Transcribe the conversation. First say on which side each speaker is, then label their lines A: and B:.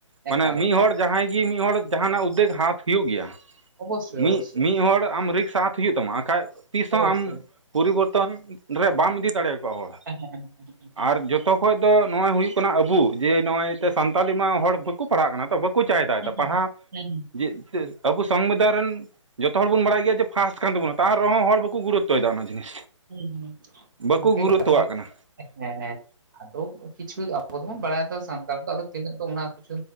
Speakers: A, on the right; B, on the right.
A: ᱢᱟᱱᱮ
B: ᱮᱠᱟᱞ
A: ᱢᱤᱫ
B: ᱮᱠᱟᱞ
A: ᱦᱚᱲᱚᱲ ᱡᱟᱦᱟᱸᱭ ᱜᱮ ᱢᱤᱫ ᱦᱚᱲᱚᱲ ᱡᱟᱦᱟᱸᱱᱟᱜ ᱩᱫᱽᱫᱮᱛᱽ ᱦᱟᱛ ᱦᱩᱭᱩᱜ ᱜᱮᱭᱟ᱾
B: ᱚᱵᱚᱥᱥᱳᱭ
A: ᱢᱤ
B: ᱚᱵᱚᱥᱥᱳᱭ
A: ᱢᱤᱜ ᱦᱚᱲ ᱟᱢ ᱨᱤᱠᱥ ᱥᱟᱛ ᱦᱩᱭᱩᱜ ᱛᱟᱢᱟ ᱵᱟᱠᱷᱟᱡ ᱛᱤᱥᱦᱚᱸ
B: ᱚᱵᱚᱥᱥᱳᱭ
A: ᱟᱢ ᱯᱚᱨᱤᱵᱚᱨᱛᱚᱱ ᱨᱮ ᱵᱟᱢ ᱤᱫᱤ ᱫᱟᱲᱮᱭᱟᱠᱚᱣᱟ ᱦᱚᱲ
B: ᱦᱮᱸ ᱦᱮᱸ ᱦᱮᱸ
A: ᱟᱨ ᱡᱚᱛᱚ ᱠᱷᱚᱡ ᱫᱚ ᱱᱚᱜᱼᱚᱭ ᱦᱩᱭᱩᱜ ᱠᱟᱱᱟ ᱟᱵᱚ ᱡᱮ ᱱᱚᱜᱼᱚᱭᱛᱮ ᱥᱟᱱᱛᱟᱞᱤ ᱢᱟ ᱦᱚᱲ ᱵᱟᱠᱚ ᱯᱟᱲᱦᱟᱜ ᱠᱟᱱᱟ ᱛᱚ ᱵᱟ ᱵᱟᱠᱩ ᱪᱟᱭ ᱫᱟ
B: ᱦᱮᱸ
A: ᱯᱟᱲᱦᱟᱣ
B: ᱦᱮᱸ ᱦᱮᱸ
A: ᱡᱮ ᱟᱵᱚ ᱥᱚᱝᱵᱤᱫᱷᱟᱱ ᱨᱮᱱ ᱡᱚᱛᱚ ᱦᱚᱲ ᱵᱚᱱ ᱵᱟᱲᱟᱭ ᱜᱮᱭᱟ ᱡᱮ ᱯᱷᱟᱥᱴ ᱠᱟᱱ ᱛᱟᱵᱚᱱᱟ ᱛᱟᱦᱮᱸᱟᱦᱱ ᱨᱮᱦᱚᱸ ᱦᱚᱲ ᱵᱟᱠᱚ ᱜᱩᱨᱩᱛᱚᱭ ᱫᱟ ᱚᱱᱟ ᱡᱤᱱᱤᱥ᱾
B: ᱦᱩᱸ ᱦᱩᱸ
A: ᱵᱟᱠᱚ
B: ᱜᱚᱝᱠᱮ
A: ᱜᱩᱨᱩᱛᱛᱚᱣᱟᱜ
B: ᱠᱟᱛᱷᱟ ᱦᱩᱭᱩᱜ
A: ᱠᱟᱱᱟ
B: ᱦᱮᱸ ᱦᱮᱸ᱾ ᱟᱫᱚ ᱠᱤᱪᱷᱩ ᱟᱵᱚ ᱫᱚᱵᱚᱱ ᱵᱟᱲᱟᱭᱟ ᱥᱟᱱᱛᱟᱲ ᱫᱚ ᱛᱤᱱᱟᱹᱜ ᱫᱚ ᱚᱱᱟ ᱠᱤᱪᱷᱩ